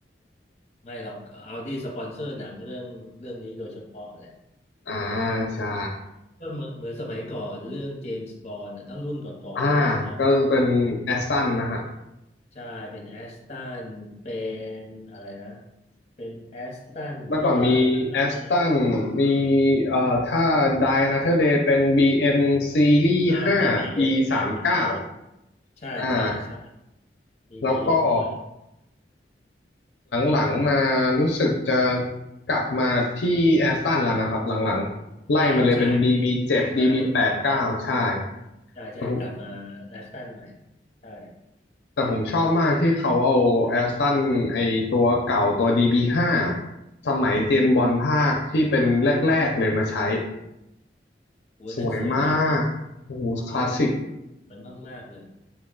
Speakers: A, on the left (about 40°); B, on the left (about 75°).
A: ไม่หรอกเอาดีสปอนเซอร์หนังเรื่องเรื่องนี้โดยเฉพาะแหละ
B: อ่าใช่
A: ก็เหมือนเหมือนสมัยก่อนเรื่องเจมส์บอนด์ทั้งรุ่นก่อนๆเลยรุ่นพ่อ
B: อ่าก็เป็นแอสตันนะฮะ
A: ใช่เป็นแอสตันเป็นอะไรนะเป็นแอสตันแล้วก็หลังๆก็มี
B: เมื่อก่อนมีแอสตันมีเอ่อถ้า Die Another Day เป็น BM Series
A: อ่ามีบีเอ็มใช่มีบีเอ็ม
B: ห้า E สามสิบเก้า
A: ใช่ใช่ใช่
B: อ่า
A: มีบีเอ็มด้วย
B: แล้วก็หลังๆมารู้สึกจะกลับมาที่แอสตันแล้วนะครับหลังๆไล่มาเลยเป็น
A: อ่าใช่ในเพลงล่าสุดกลับมา
B: DB เจ็ด DB แปดเก้าใช่
A: ใช่ใช่กลับมาแอสตันใหม่
B: แต่ผม
A: ใช่
B: แต่ผมชอบมากที่เขาเอาแอสตันไอตัวเก่าตัว DB ห้าสมัยเจมส์บอนด์ภาคที่เป็นแรกๆเลยมาใช้
A: โอ้ยนั้นสวยมาก
B: สวยมากโอ้โหคลาสสิก
A: เออสวยมากมากเลย